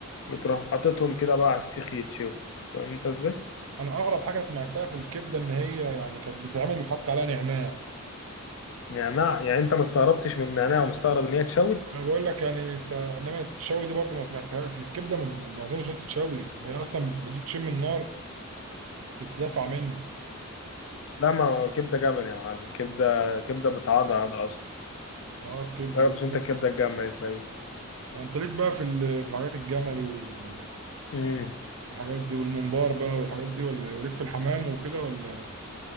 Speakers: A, on the left (about 65°); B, on the right (about 70°).
A: وتروح حاططهم كده بقى على السيخ يتشوي فاهم انت ازاي
B: انا اغرب حاجه سمعتها في الكبده ان هي يعني كانت بتتعمل وحط عليها نعناع
A: نعناع يعني انت ما استغربتش من النعناع ومستغرب ان هي اتشوت
B: انا بقول لك يعني فانما التشوي دي برضو ما سمعتهاش الكبده ما ما اظنش إنها تتشوي ده هي اصلا بتشم النار تتلسع منه
A: لا ما هو كبده جمل يا معلم كبده كبده بتعضعض اصلا
B: اه الكبده
A: جربتش
B: جميل
A: انت الكبده الجامه دي تلاقيه
B: انت ليك بقى في ال- في الحاجات الجملي وال-
A: امم
B: والحاجات دي والممبار بقى والحاجات دي ولا ليك في الحمام وكده ولا